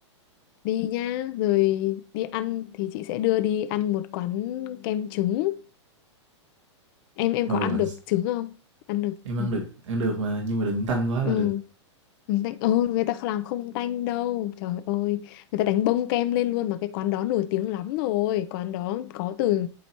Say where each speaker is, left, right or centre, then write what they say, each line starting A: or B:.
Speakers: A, on the left; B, on the right.
A: đi nhá rồi đi ăn thì chị sẽ đưa đi ăn một quán kem trứng em em
B: ừ,
A: có ăn
B: ăn
A: được
B: s
A: trứng không ăn được
B: em ăn
A: ừ
B: được ăn được mà, nhưng mà đừng tanh quá
A: Ừ,
B: là được.
A: trứng tanh ừ người ta làm không tanh đâu trời ơi người ta đánh bông kem lên luôn mà cái quán đó nổi tiếng lắm rồi quán đó có từ